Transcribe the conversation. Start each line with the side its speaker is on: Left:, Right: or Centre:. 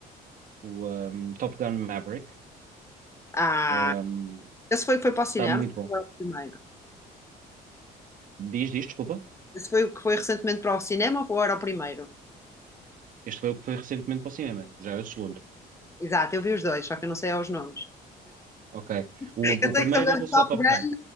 Right: o, um, Top Gun Maverick.
Left: Ah,
Right: Um,
Left: esse foi, foi para o cinema?
Right: está muito bom.
Left: Foi o primeiro.
Right: Diz, diz, desculpa.
Left: Esse foi o que foi recentemente para o cinema ou era o primeiro?
Right: Este foi o que foi recentemente para o cinema. Já é o segundo.
Left: Exato, eu vi os dois, só que eu não sei aos nomes.
Right: Ok.
Left: Eu
Right: O, o
Left: sei
Right: primeiro
Left: que também
Right: era
Left: o
Right: só
Left: Top
Right: Top
Left: Gun
Right: Gun.